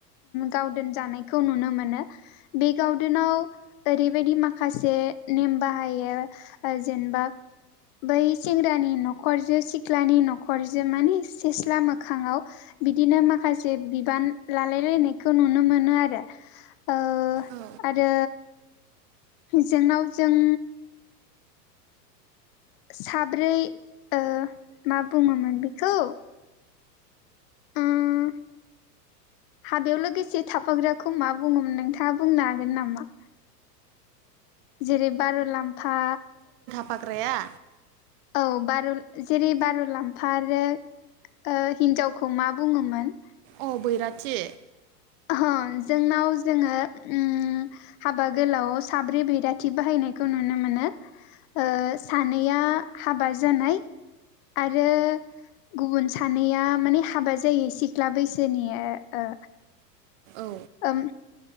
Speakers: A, on the left (about 35°); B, on the right (about 40°).
A: गावदोन जानायखौ नुनो मोनो बे गावदोनाव ओरैबायदि माखा- खासे नेम बाहायो जेनेबा बै सेंग्रानि नखरजो सिख्लानि नखरजो माने सेस्ला मोखाङाव बिदिनो माखासे बिबान लालाय लायनायखौ नुनो मोनो आरो ओ
B: औ
A: आरो जोंनाव जों साब्रै ओ मा बुङोमोन बेखौ? उम हाबायाव लोगोसे थाफाग्राखौ मा बुङोमोन नोंथाङा बुंनो हागोन नामा? जेरै बारुलाम्फा
B: फाग्राया
A: औ बार' जेरै बार'लाम्फा आरो ओ हिनजावखौ मा बुङोमोन?
B: अ बैराथि
A: <unintelligible> जोंनाव जोङो ओम हाबा गोलाव आव साब्रै बैराथि बाहायनायखौ नुनो मोनो ओ सानैया हाबा जानाय आरो गुबुन सानैया माने हाबा जायि सिख्ला बैसोनि ओ
B: औ
A: ओम